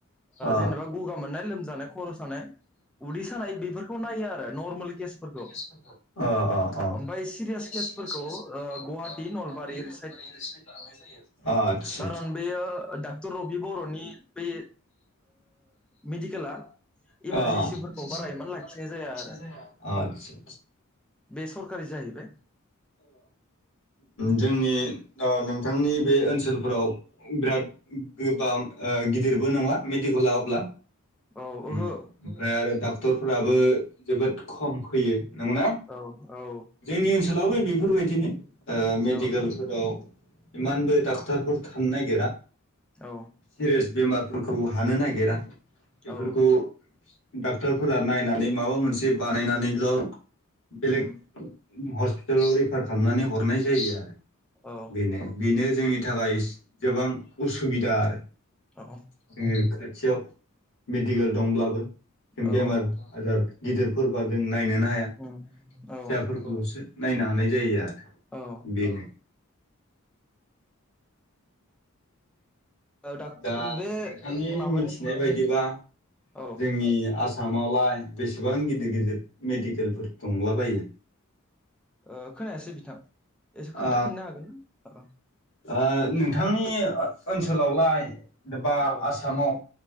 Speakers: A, on the left; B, in the centre.
A: अ
B: जेनेबा गगा मोननाय लोमजानाय खर' सानाय उदै सानाय बेफोरखौ नायो आरो नर्मेल केसफोरखौ।
A: अ'
B: ओमफ्राय सिरियास
A: अ'
B: केसफोरखौ ओ गुवाहाटि नलबारि ओरै
A: अ'
B: कारन बेयो डाक्टर रबि बर'नि बे मेडिकेला
A: अ
B: इमारजेन्सिफोरखौ बारा इमान लाखिनाय जाया आरो।
A: आदसा
B: बे सरकारि जाहैबाय
A: जोंनि बिथांनि बे ओनसोल फोराव बिराद गोबां गिदिरबो नङा मेडिकेला अब्ला ओ
B: औ ओहो
A: ओमफ्राय आरो डाक्टरफोराबो
B: उम,
A: जोबोद खम फैयो। नंगौना
B: औ औ।
A: जोंनि ओनसोलावबो बेफोर बायदिनो। ओ मेडिकेलफोराव।
B: औ
A: इमानबो डा माफोर थानो नागिरा।
B: औ
A: सिरियास बेमार फोरखौ हानो नागिरा। बेफोरखौ
B: औ
A: डाक्टरफोरा नायनानै माबा मोनसे बानायनानैल' बेलेग
B: उम,
A: हस्पिटाल खालामनानै हरनाय जायो आरो।
B: औ
A: बेनो बेनो जोंनि नि
B: उम,
A: थाखाय गोबां उसुबिदा आरो।
B: औ
A: <unintelligible> थियाव मेडिकेल दंब्लाबो।
B: औ
A: बेमार हाजार। गिदिरफोरबा जों नायनोनो हाया
B: उम,
A: फिसाफोरखौल'सो
B: औ
A: नायनो हानाय जायो आरो
B: औ
A: बेनो
B: औ
A: दा
B: बे
A: नोंथांनि
B: माबानि
A: मिथिनाय बायदिबा
B: औ
A: जोंनि आसा मावलाय बेसेबां गिदिर गिदिर मेडिकेलफोर दंलाबायो
B: ओ खोनायासै बिथां एसे
A: ओ
B: खोन्थाफिननो हागोन ना?
A: ओ नोंथांनि ओ-ओनसोलावलाय बा
B: औ
A: आसामाव